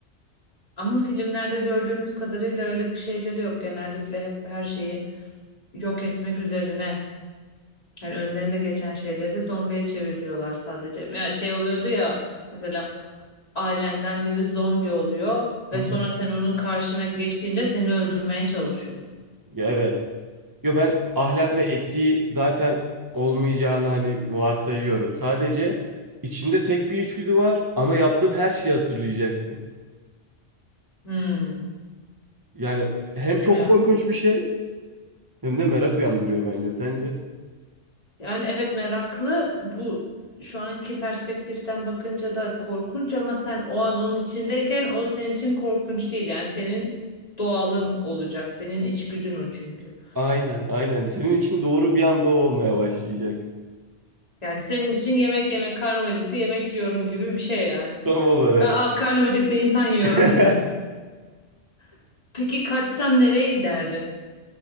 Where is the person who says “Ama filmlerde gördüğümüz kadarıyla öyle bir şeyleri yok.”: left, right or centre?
Left